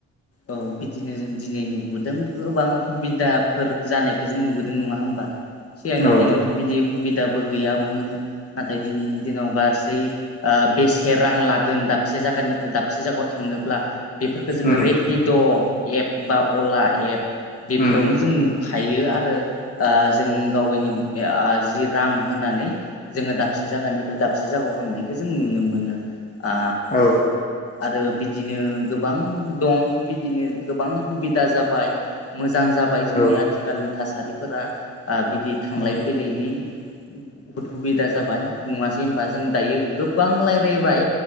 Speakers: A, on the left; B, on the left.
A: औ बिदिनो जों दिनै नुबोदों गोबां खुबिदा फोर जानायखौ जों नुबोदों नङा होमबा सिगांनि
B: औ
A: दिनावथ' बिदि खुबिदाबो गैयामोन नाथाय दिनैनि दिनाव गासै ओ बेसे रां लागोन दाबसे जायगानिफ्राय दाबसे जागायाव थां थांडोब्ला बेफोरखो जोङो
B: उम
A: रेपिड' एप बा अला एप बेफोरावनो
B: उम
A: जों नु खायो आरो ओ जों गावगायनि जि रां होनानै जोङो दाबसे दाबसे जायगानिफ्राय दाबसे जायगायाव हांनायखौ जों नुनो मोनो आ
B: औ
A: आरो बिदिनो गोबां दं । बिदिनो गोबां खुहिदा जाबाय मोजां जाबाय मोजां जाबाय जोंनि
B: औ
A: आथिखालनि थासारि फोरा ओबिदि थांलाय
B: औ
A: फैलायनि बहुद हुबिदा जाबाय नुवासै होमबा जों दायो गोबां रायलायबाय